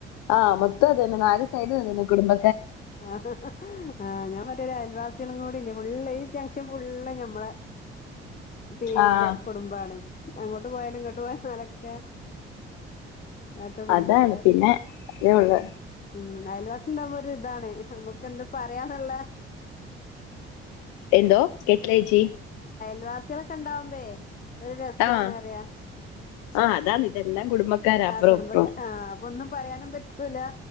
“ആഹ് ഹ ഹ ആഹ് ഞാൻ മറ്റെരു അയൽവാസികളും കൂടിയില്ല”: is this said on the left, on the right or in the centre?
Left